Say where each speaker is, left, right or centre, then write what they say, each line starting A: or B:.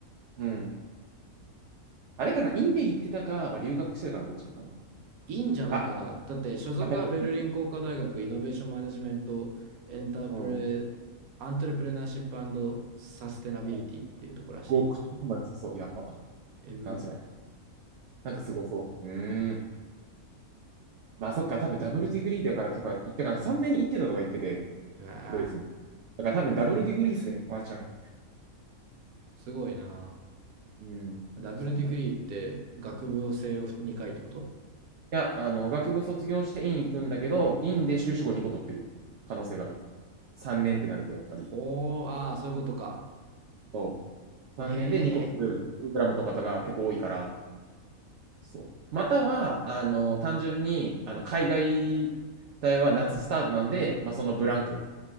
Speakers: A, on the right; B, on the right.
A: うん。あれかな、インで行ってたか、まあ、留学してたかな、どっちかかな。
B: いいんじゃないかな。
A: あ、だ、
B: だって所属はベルリン工科大学イノベーションマネジメントエンタープレ、
A: あダブルピック。うん。
B: アントレプレナーシップサステナビリティっていうとこらしいよ。
A: うん。ご口とかも良さそう。やば。
B: えぐ。
A: なんそれ。なんかすごそう。うーん。まあそっか、多分ダブルディグリーだからとか言ったから、3年行ってたとか言ってて、
B: うわぁ、
A: ドイツに。だから多分ダブルディグリーっすね、ワンチャン。
B: すごいな
A: うん。
B: ダブルディグリーって学部を西洋2回ってこと
A: クソ頭や。いや、あの、学部卒業して院行くんだけど、院で修士後2個取ってる可能性がある。3年ってなると、やっぱり。
B: ほー、ああ、そういうことか。
A: そう。
B: ほへ
A: 3年で2個取るプログラムとかが結構多いから、そう。または、あの、単純に、あの、海外大は夏スタートなんで、まあそのブランク、